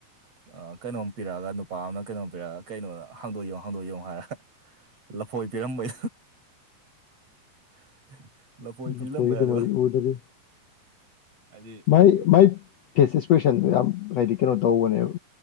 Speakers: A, on the right; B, on the left.
A: ꯑ ꯀꯩꯅꯣꯝ ꯄꯤꯔꯛꯑꯒ ꯅꯨꯄꯥ ꯑꯃꯅ ꯀꯩꯅꯣꯝ ꯄꯤꯔꯛꯑꯒ ꯀꯩꯅꯣꯝ ꯍꯥꯡꯗꯣꯛ ꯌꯣꯡ ꯍꯥꯡꯗꯣꯛ ꯌꫭꯡ ꯍꯥꯏꯔꯒ ꯂꯐꯣꯏ ꯄꯤꯔꯝꯕꯩ <unintelligible> ꯄꯤꯔꯝꯕꯩ
B: ꯂꯐꫭꯏ ꯗꯨꯃꯗꯤ
A: ꯑꯗꯨꯒ
B: ꯎꯗꯔꯤ
A: ꯍꯥꯏꯗꯤ
B: ꯃꯥꯏ ꯃꯥꯏ ꯐꯦꯁ ꯑꯦꯛꯁꯄ꯭ꯔꯦꯁꯟꯗꯣ ꯌꯥꯝ ꯍꯥꯏꯗꯤ ꯀꯩꯅꯣ ꯇꯧꯕꯅꯦꯕ